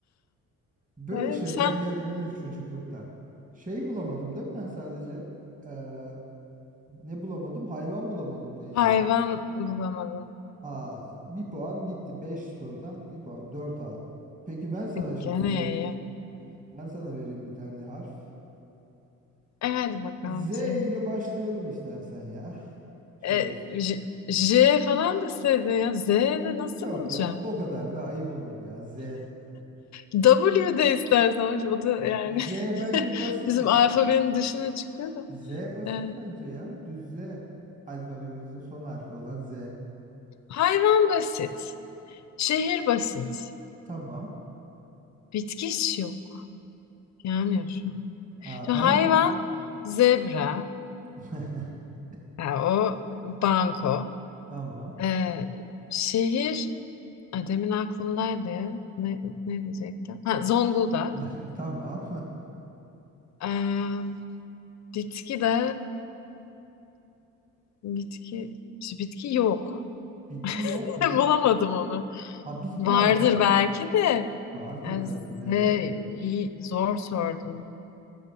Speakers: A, on the right; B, on the left.
A: Böyle
B: Ee,
A: şeyden
B: sen
A: gelebilir çocukluktan. Şey bulamadım değil mi ben sadece? Ee, ne bulamadım? Hayvan bulamadım neyle?
B: Hayvan bulamadın.
A: Aa, bir puan gitti 5 sorudan bir puan 4 aldım. Peki ben sana
B: E,
A: şimdi
B: Gene
A: vereyim.
B: iyi.
A: Ben sana vereyim bir tane harf.
B: E hadi bakalım
A: Z
B: sen.
A: ile başlayalım istersen ya. Şöyle.
B: E,
A: s-
B: J, J falan deseydin ya. Z de nasıl
A: Yok
B: bulacağım?
A: ya o kadar da ayıp olur ya. Z
B: W de istersen. O da yani <laughs>
A: Z bence basit
B: bizim
A: ya.
B: alfabenin dışına çıkıyor da.
A: Z basit
B: E,
A: bence ya. Düz Z. Alfabemizin son harfi olan Z.
B: hayvan basit. Şehir basit.
A: Tamam.
B: Bitki hiç yok. Gelmiyor şu an.
A: Aa,
B: Şu
A: ben
B: hayvan zebra.
A: <laughs>
B: Ya o banko.
A: tamam.
B: E, şehir Ay, Demin aklımdaydı. Ne, ne diyecektim? Ha, Zonguldak.
A: <laughs> Tamam.
B: Ee, bitki de bitki şu bitki yok.
A: <laughs> Bitki yok
B: <laughs>
A: mu?
B: Bulamadım onu.
A: Ha biz
B: Vardır
A: bir anda
B: belki de.
A: vardır
B: Yani
A: belki
B: Z,
A: de ya.
B: iyi, zor sordun.